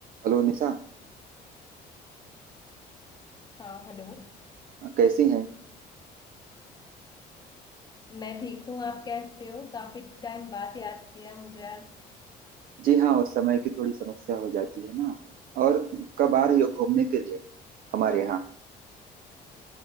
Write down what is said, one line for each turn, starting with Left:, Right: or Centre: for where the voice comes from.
Right: Hello निशा
Left: हाँ हेलो
Right: कैसी हैं
Left: मैं ठीक हूँ आप कैसे हो काफी टाइम बाद याद किया मुझे आज
Right: जी हाँ उस समय की थोड़ी समस्या हो जाती है ना और कब आ रही हो घूमने के लिए हमारे यहाँ